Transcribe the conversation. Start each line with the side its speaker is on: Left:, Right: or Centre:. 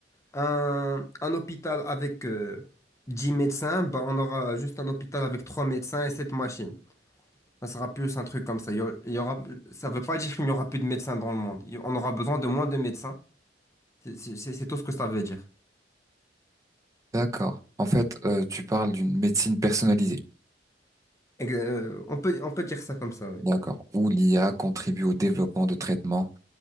Left: un, un hôpital avec euh, 10 médecins, bah, on aura juste un hôpital avec 3 médecins et 7 machines. Ça sera plus un truc comme ça. Il y aura, il y aura- ça veut pas dire qu'il n'y aura plus de médecins dans le monde. Il- On aura besoin de moins de médecins. C'est c'est- c'est- c'est tout ce que ça veut dire.
Right: D'accord. En fait, euh, tu parles d'une médecine personnalisée.
Left: Et que, euh, on peut, on peut dire ça comme ça, oui.
Right: D'accord. Où l'IA contribue au développement de traitements.